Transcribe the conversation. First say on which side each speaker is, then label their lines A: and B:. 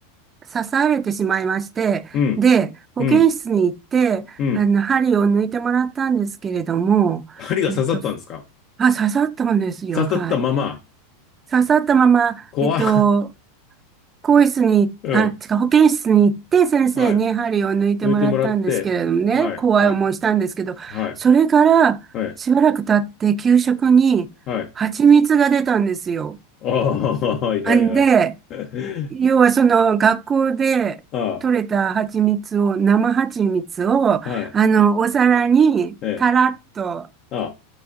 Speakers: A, on the right; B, on the left.
A: 刺されてしまいまして、
B: うん。
A: で、保健室に行って、
B: うん。うん。
A: あの、針を抜いてもらったんですけれども、
B: 針が刺さったんですか
A: えっと、あ、刺さったんですよ。
B: 刺さったまま、
A: はい。刺さったまま、
B: 怖っ
A: えっと、更衣室に、
B: <laughs> うん。
A: あ、違う、保健室に行って先生に針を抜いてもらったんですけれどもね、
B: はい。抜いてもらって、はい。
A: 怖い思いしたんですけど、
B: はい。はい。
A: それからしばらく経って給食に蜂蜜が出たんですよ。
B: はい。はい。ああ、はい。はい。
A: んで、
B: はい。<laughs>
A: 要はその学校で取れた蜂蜜を、
B: あ
A: 生蜂蜜を、
B: あ、はい。
A: あの、お皿にたらっと
B: ええあ、